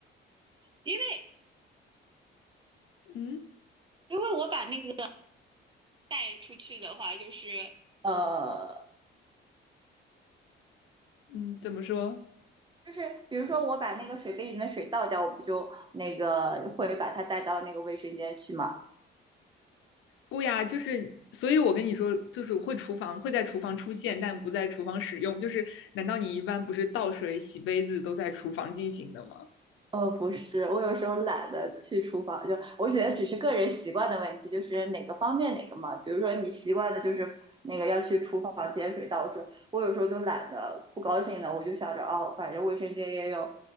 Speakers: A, on the right; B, on the left.
A: 因为
B: <laughs> 嗯
A: 因为我把那个带出去的话，就是呃，
B: 嗯，怎么说？
A: 就是比如说我把那个水杯里面的水倒掉，我不就那个会把它带到那个卫生间去吗？
B: 不呀，就是，所以我跟你说，就是会厨房会在厨房出现，但不在厨房使用。就是，难道你一般不是倒水、洗杯子都在厨房进行的吗？
A: 哦，不是，我有时候懒得去厨房，就我觉得只是个人习惯的问题，就是哪个方便哪个嘛。比如说你习惯的就是那个要去厨房接水倒水，我有时候就懒得不高兴的，我就想着哦，反正卫生间也有，